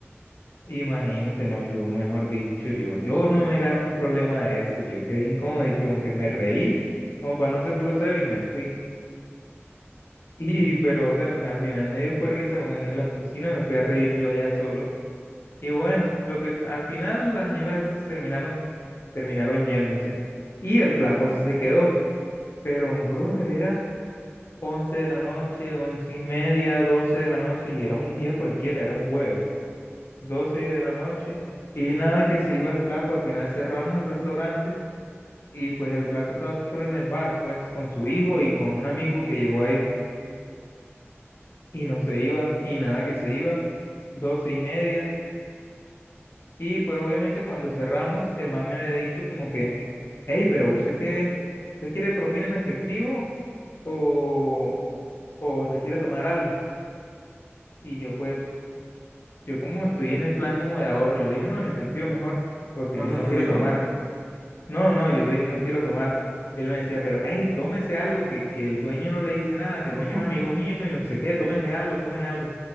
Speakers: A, on the left; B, on the right.
A: Imagínate, no, yo, mejor dicho, yo, yo no me gano un problema de eso, yo quedé incómodo y como que me reí, como para no ser grosero y me fui. Y,
B: <laughs>
A: pero, o sea, al final me dio fue risa, bueno, en la cocina me fui a reír yo allá solo. Y bueno, lo que al final las señoras estas terminaron, terminaron yéndose. Y el flaco sí se quedó. Pero, brother, era 11 de la noche, once y media, 12 de la noche, y era un día cualquiera, era un jueves, 12 de la noche. Y nada, que se iba el flaco, al final cerramos el restaurante. Y pues el flaco estaba solo en el bar, pues, con su hijo y con un amigo que llegó ahí. Y no se iba, y nada que se iba. doce y media. Y pues obviamente cuando cerramos, el man me había dicho como que, hey, pero usted qué, usted quiere propina en efectivo o, o se quiere tomar algo. Y yo pues, yo como estoy en el plan como de ahorro, yo le dije, no, en efectivo mejor, porque
B: ¿Cuánto
A: yo no
B: te
A: quiero
B: dio?
A: tomar. No, no, yo le dije, no quiero tomar. Él me decía, pero hey, tómese algo, que, que el dueño no le dice nada, que el
B: <laughs>
A: dueño es amigo mío y no sé qué, tómese algo, tómese algo.